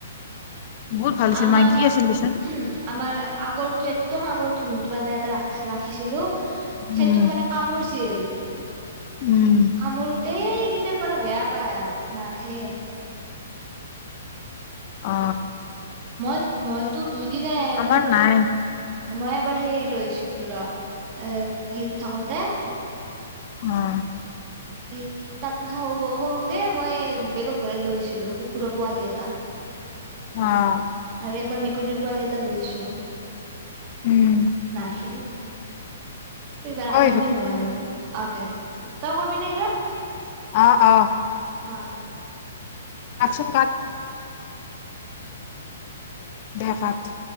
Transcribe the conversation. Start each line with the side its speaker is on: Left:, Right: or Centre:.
Left: বহুত ভাল আছিল
Right: আমাৰ
Left: মাইকী আছিল দেচোন
Right: উম আমাৰ আগৰটো একদম আগৰ। তো তোমাৰ মানে এটা ৰা ৰাখিছিলো। সেইটোক
Left: উম
Right: মানে কামোৰছিল।
Left: উম
Right: কামূৰ্তে। তেতিতাৰ পৰা বেয়া পায় আৰ নাহে।
Left: অঁ।
Right: মই মইতো দুইদিনাই
Left: আমাৰ
Right: কত
Left: নাই
Right: মই এবাৰ সেই লৈছিলো ৰ আহ সেইট থাকোতে
Left: উম
Right: সেই তাতে সৰুতে মই বেগত ভৰাই লৈ আহছিলো কুকুৰৰ পোৱালি এটা
Left: অঁ
Right: একবাৰ মেকুৰীৰ পোৱালি এটা লৈছো
Left: উম
Right: নাছিলে এইবাৰ আনিমে
Left: ঐ
Right: মই অঁ দে তই কৰিবি নে
Left: আহ আহ
Right: অঁ
Left: একা চোনকাৰ্ড দে কাৰ্ড